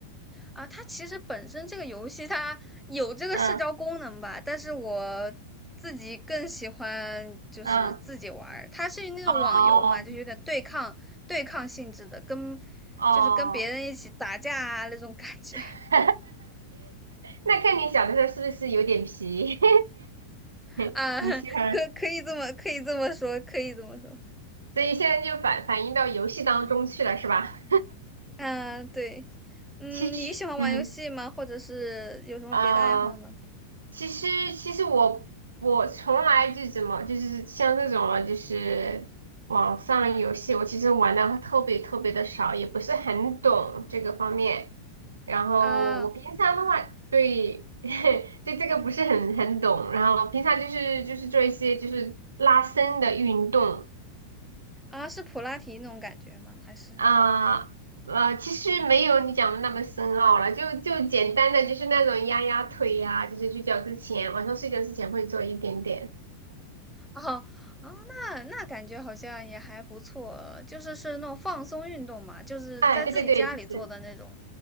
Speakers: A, in the centre; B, on the right.
A: 啊，它其实本身这个游戏它有这个社交功能吧，
B: 嗯
A: 但是我自己更喜欢就是自己玩儿。
B: 嗯，
A: 它是那种网游嘛，
B: 哦
A: 就有点对抗对抗性质的，跟
B: 哦，
A: 就是跟别人一起打架啊那种感觉
B: <laughs> 那看你小的时候是不是有点皮？
A: <laughs>
B: <laughs>
A: 啊，
B: 你喜欢，
A: 可可以这么可以这么说，可以这么说。
B: 所以现在就反反映到游戏当中去了是吧？
A: 嗯、对，嗯，
B: 其实，
A: 你喜欢玩游戏吗？
B: 嗯，
A: 或者是有什么别的爱好呢？
B: 啊。其实，其实我我从来就怎么就是像这种了，就是网上游戏，我其实玩的特别特别的少，也不是很懂这个方面。然后我平常的话，
A: 啊
B: 对 <laughs> 对这个不是很很懂。然后平常就是就是做一些就是拉伸的运动
A: 啊，是普拉提那种感觉吗？还是？
B: 啊。呃，其实没有你讲的那么深奥了，就就简单的就是那种压压腿呀、就是睡觉之前，晚上睡觉之前会做一点点。
A: 哦，哦，那那感觉好像也还不错，就是是那种放松运动嘛，就是在自己家里做的那种。
B: 哎，对对对，就是